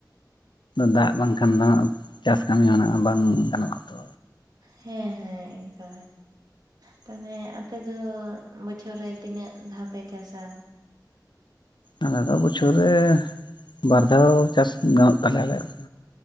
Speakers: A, on the left; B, on the right.
A: ᱫᱟᱜ ᱵᱟᱝᱠᱷᱟᱱ ᱫᱚ ᱦᱟᱸᱜ ᱪᱟᱥ ᱠᱟᱹᱢᱤ ᱦᱚᱸ ᱱᱟᱦᱟᱸᱜ ᱵᱟᱝ ᱜᱟᱱᱚᱜ-ᱟ ᱛᱚ᱾
B: ᱦᱮᱸ ᱦᱮᱸ <inaudible> ᱫᱚ ᱛᱟᱦᱚᱞᱮ ᱟᱯᱮ ᱫᱚ ᱵᱚᱪᱷᱚᱨ ᱨᱮᱼᱼ ᱛᱤᱱᱟᱹᱜ ᱫᱷᱟᱣ ᱯᱮ ᱪᱟᱥᱟ?
A: ᱟᱞᱮ ᱫᱚ ᱵᱚᱪᱷᱚᱨ ᱨᱮ ᱵᱟᱨ ᱫᱷᱟᱣ ᱪᱟᱥ ᱜᱟᱱᱚᱜ ᱛᱟᱞᱮᱭᱟ ᱟᱞᱮᱭᱟᱜ,